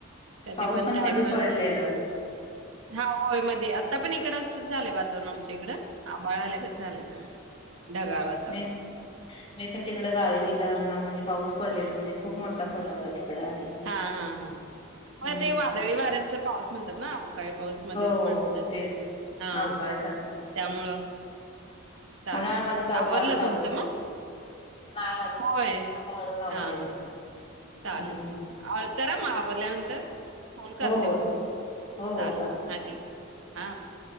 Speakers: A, on the right; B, on the left.
A: कधी
B: पाऊस
A: पण काय
B: मध्ये
A: पण
B: पडलेलं
A: हा होय मध्ये आता पण इकड असंच झालंय वातावरण आमच्या इकडं आभाळ आल्यागत झालंय सगळं ढगाळ वातावरण
B: नय मी पण तिकडं गावी गेल्यावर ना म्हणजे पाऊस पडलेल म्हणजे खूप मोठा पडला होता तिकडं आणि
A: हा हा हा होय
B: हम्म
A: ते वादळी वाऱ्याचा पाऊस म्हणत्यात ना अवकाळी पाऊस मध्येच
B: हो हो
A: पडतात
B: तेच
A: ते हा
B: अवकाळी चालू हाय
A: त्यामुळं चालल
B: उन्हाळ्यामध्येच अवकाळी
A: आवरलं
B: चालू
A: तुमचं
B: होते
A: म
B: नाही अजून
A: होय
B: आता हळू हावरायचं
A: हां हां चालेल
B: हम्म
A: करा म आवरल्या नंतर फोन
B: हो
A: करते
B: हो
A: म मी
B: हो
A: चालेल
B: हो चालत
A: हा ठीक हा बरं